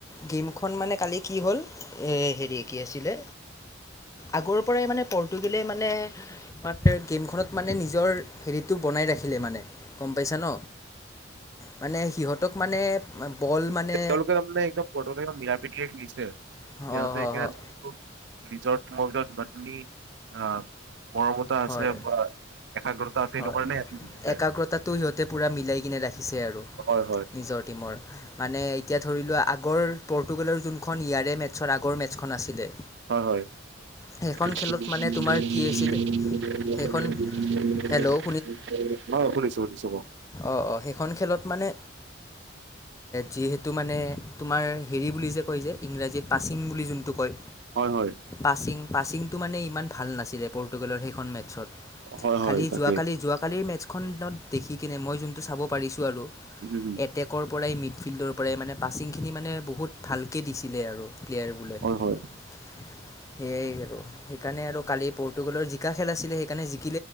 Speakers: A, on the left (about 15°); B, on the right (about 65°).
A: গেমখন মানে কালি কি হ'ল এ হেৰি কি আছিলে আগৰ পৰাই মানে পৰ্তুগলে মানে আমাৰ গেমখনত মানে নিজৰ হেৰিতটো বনাই ৰাখিলে মানে গম পাইছা ন মানে সিহঁতক মানে বল মানে
B: তেওঁলোকে মানে একদম <unintelligible> মিল পিটিকে খেলিছে
A: হয়
B: সিহঁতে
A: হয়
B: <unintelligible> নিজৰ তোমাৰ ভিতৰত যিমানখিনি আহ মৰমতা
A: হয় হয়
B: আছে বা একাগ্ৰতা আছে
A: হয়
B: সেইটো কাৰণে সিহঁতে জিকিছে।
A: একাগ্ৰতাটো সিহঁতে পুৰা মিলাই কিনে ৰাখিছে আৰু
B: হয় হয়
A: নিজৰ টীমৰ মানে এতিয়া ধৰি লোৱা আগৰ পৰ্টুগালৰ যোনখন ইয়াৰে মেটছৰ আগৰ মেটছখন আছিলে।
B: হয় হয় <unintelligible>
A: সেইখন
B: <unintelligible>
A: খেলত মানে তোমাৰ কি আছিলে সেইখন হেল্ল'
B: হয় শুনিছো শুনিছো ক
A: অ অ সেইখন খেলত মানে যিহেতু মানে তোমাৰ হেৰি বুলি যে কয় যে ইংৰাজীত প্ৰাচিং বুলি যোনটো কয়
B: হয় হয়
A: পাচিং পাচিংটো মানে ইমান ভাল নাছিলে পৰ্তুগালৰ সেইখন মেটছত খালি
B: হয় হয় তাকে
A: যোৱাকালি যোৱা কালিৰ মেচখনত দেখি কিনে মই যোনটো চাব পাৰিছো আৰু
B: উম হম
A: এটেকৰ পৰাই মিড ফিল্ডৰ পৰাই মানে পাছিংখিনি মানে বহুত ভালকে দিছিলে আৰু প্লেয়াৰ বুলেট
B: হয় হয়।
A: সেইয়াই আৰু সেইকাৰণে আৰু কালি পৰ্তুগালৰ জিকা খেল আছিলে সেইকাৰণে জি